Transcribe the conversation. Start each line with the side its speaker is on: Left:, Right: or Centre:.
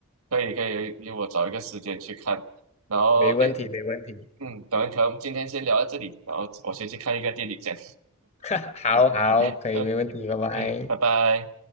Right: 可以可以，因为我找一个时间去看。然后，
Left: 没问题，
Right: 哎，
Left: 没问题。
Right: 嗯，等一下，可能今天先聊到这里，然后我先去看一个电影，先。
Left: <laughs> 好好，可以，
Right: <laughs>
Left: 没问题，拜拜。
Right: 嗯，拜拜。